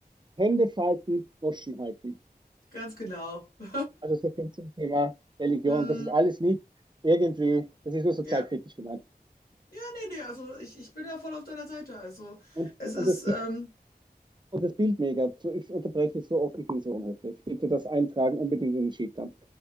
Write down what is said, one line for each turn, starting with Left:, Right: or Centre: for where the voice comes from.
Right: Hände falten, Goschen halten.
Left: Ganz genau. <laughs>
Right: Also so viel zum Thema Religion.
Left: Mm,
Right: Das ist alles nicht irgendwie, das ist nur sozialkritisch
Left: Ja.
Right: gemeint.
Left: Ja, nee, nee, also ich, ich bin da voll auf deiner Seite. Also
Right: Und,
Left: es ist
Right: und, das,
Left: ähm,
Right: Bild, und das Bild mega. Ich unterbreche so oft, ich bin so unhöflich. Bitte das eintragen, unbedingt in den Sheet dann.